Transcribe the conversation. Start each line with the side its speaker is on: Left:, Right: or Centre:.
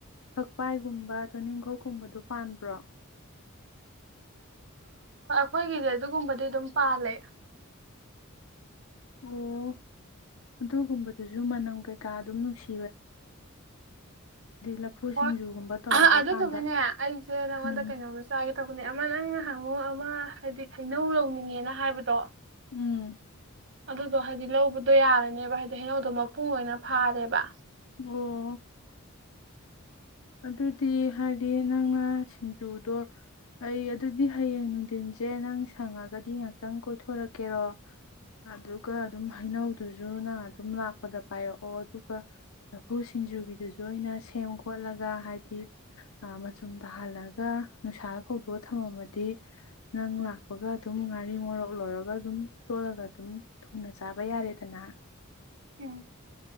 Left: ꯐꯛꯄꯥꯏꯒꯨꯝꯕ ꯇꯣꯅꯤꯡꯈꯣꯛꯀꯨꯝꯕꯗꯣ ꯄꯥꯟꯕ꯭ꯔꯣ
Right: ꯈꯣꯏꯒꯤꯗꯤ ꯑꯗꯨꯒꯨꯝꯕꯗꯤ ꯑꯗꯨꯝ ꯄꯥꯜꯂꯦ
Left: ꯑꯣ ꯑꯗꯨꯒꯨꯝꯕꯗꯨꯁꯨ ꯃꯅꯝ ꯀꯩꯀꯥ ꯑꯗꯨꯝ ꯅꯨꯡꯁꯤ ꯂꯐꯨ
Right: ꯍꯣꯏ
Left: ꯁꯤꯡꯖꯨꯒꯨꯝꯕ ꯇꯧꯔꯛꯄ
Right: ꯑꯗꯨꯗꯨꯒꯅꯦ
Left: ꯀꯥꯟꯗ
Right: ꯑꯩꯁꯦ ꯅꯪꯉꯣꯟꯗ
Left: ꯎꯝ
Right: ꯀꯩꯅꯣꯝꯖꯨ ꯍꯥꯒꯦ ꯇꯧꯕꯅꯦ ꯑꯃ ꯅꯪꯅ ꯉꯨ ꯑꯃ ꯍꯥꯏꯗꯤ ꯍꯩꯅꯧ ꯂꯧꯅꯤꯡꯉꯦꯅ ꯍꯥꯏꯕꯗꯣ
Left: ꯎꯝ
Right: ꯑꯗꯨꯗꯣ ꯍꯥꯏꯗꯤ ꯂꯧꯕꯗꯣ ꯌꯥꯔꯅꯦꯕ ꯍꯥꯏꯗꯤ ꯍꯩꯅꯧꯗꯣ ꯃꯄꯨꯡ ꯑꯣꯏꯅ ꯐꯥꯔꯦꯕ
Left: ꯑꯣ ꯑꯗꯨꯗꯤ ꯍꯥꯏꯗꯤ ꯅꯪꯅ ꯁꯤꯡꯖꯨꯗꯣ ꯑꯩ ꯑꯗꯨꯗꯤ ꯍꯌꯦꯡ ꯅꯨꯡꯊꯤꯟꯁꯦ ꯅꯪ ꯁꯪꯉꯒꯗꯤ ꯉꯥꯛꯇꯪ ꯀꯣꯏꯊꯣꯔꯛꯀꯦꯔꯣ ꯑꯗꯨꯒ ꯑꯗꯨꯝ ꯍꯩꯅꯧꯗꯨꯁꯨꯅ ꯑꯗꯨꯝ ꯂꯥꯛꯄꯗ ꯄꯥꯏꯔꯛꯑꯣ ꯑꯗꯨꯒ ꯂꯐꯨ ꯁꯤꯡꯖꯨꯒꯤꯗꯨꯁꯨ ꯑꯩꯅ ꯁꯦꯝ ꯈꯣꯠꯂ ꯒꯥ ꯍꯥꯏꯗꯤ ꯃꯆꯨꯝ ꯇꯥꯍꯜꯂꯒ ꯅꯨꯡꯁꯥꯗ ꯐꯧꯗꯣꯛꯑ ꯊꯝꯃꯝꯃꯗꯤ ꯅꯪ ꯂꯥꯛꯄꯒ ꯑꯗꯨꯝ ꯉꯥꯔꯤ ꯃꯣꯔꯣꯛ ꯂꯧꯔꯒ ꯑꯗꯨꯝ ꯇꯣꯠꯂꯒ ꯑꯗꯨꯝ ꯊꯨꯅ ꯆꯥꯕ ꯌꯥꯔꯦꯗꯅ
Right: ꯎꯝ